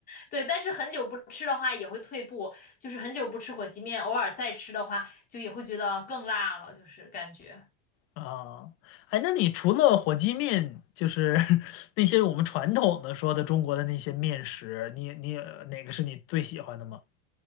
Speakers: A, on the left (about 25°); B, on the left (about 40°).
A: 对，但是很久不吃的话也会退步，就是很久不吃火鸡面，偶尔再吃的话，就也会觉得更辣了，就是感觉。
B: 啊。哎，那你除了火鸡面，就是 <laughs> 那些我们传统的说的中国的那些面食，你你哪个是你最喜欢的吗？